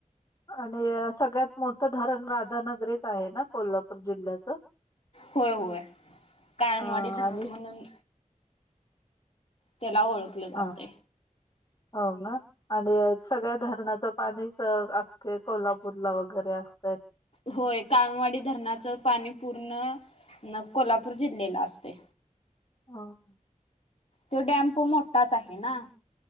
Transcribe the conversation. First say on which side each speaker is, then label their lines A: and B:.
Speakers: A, on the left; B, on the left.
A: आणि सगळ्यात मोठं धरण राधानगरीच आहे ना कोल्हापूर जिल्ह्याचं
B: होय होय काळमवाडी
A: अ
B: धरण
A: आणि
B: म्हणून त्याला ओळखलं जातय.
A: ह हो ना आणि सगळ्या धरणाचा पाणीच अख्खे कोल्हापूरला वगैरे अस.
B: होय काळमवाडी धरणाचं पाणी पूर्ण न कोल्हापूर जिल्ह्याला असतय.
A: ह.
B: तो डॅम्प मोठाच आहे ना.